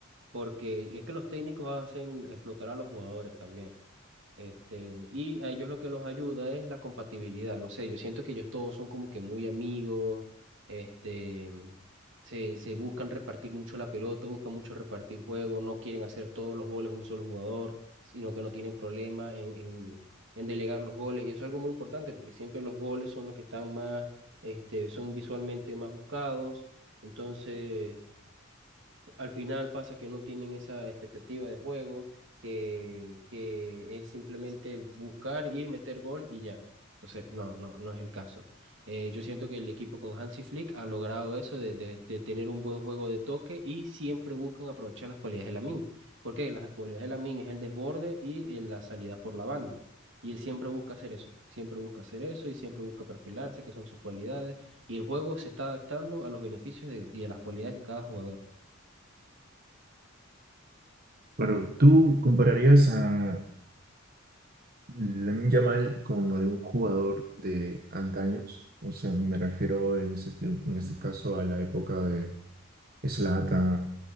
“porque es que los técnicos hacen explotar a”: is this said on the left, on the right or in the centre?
Right